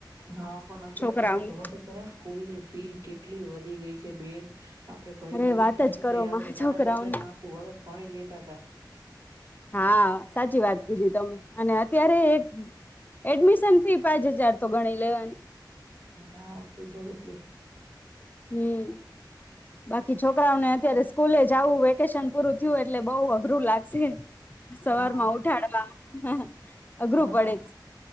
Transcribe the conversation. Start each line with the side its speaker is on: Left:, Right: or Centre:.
Right: હા પણ અત્યારે
Left: છોકરાઓને
Right: તમે જોવ તો ખરા સ્કૂલની ફી કે ટલી વધી ગઈ છે બેન. આપડે ભરી
Left: અરે
Right: ભરીને
Left: વાત
Right: થાકી
Left: જ કરો
Right: જાય આપડણે
Left: માં
Right: પાંચ
Left: છોકરાઓને
Right: હજારમાં આખું વરસ ભણી લેતા હતા.
Left: હા સાચી વાત કીધી તમે અને અત્યારે એ એડમિશન ફી પાંચ હજાર તો ગણી લેવાની.
Right: હા થઈ જાય એટલી
Left: હમ્મ. બાકી છોકરાઓને અત્યારે સ્કૂલે જ આવું વેકેશન પૂરું થયું એટલે બઉુ અઘરું લાગશે. સવાર
Right: હા
Left: માં ઉઠાડવા અઘરું
Right: હા
Left: પડે જ